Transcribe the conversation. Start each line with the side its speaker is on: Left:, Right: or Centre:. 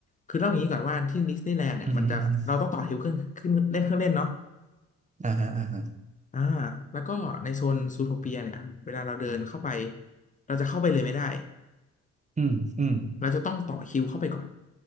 Left: คือเล่าอย่างนี้ก่อนว่าที่ดิสนีย์แลนด์เนี่ยมันจะเราต้องต่อแถวเครื่องขึ้นเล่นเครื่องเล่นเนาะ
Right: อืมอหืมออื้อหืออ่าฮะอ่าฮะ
Left: อ่าแล้วก็ในโซนซูโทเปียเนี่ยเวลาเราเดินเข้าไปเราจะเข้าไปเลยไม่ได้
Right: อืมอืม
Left: เราจะต้องต่อคิวเข้าไปก่อน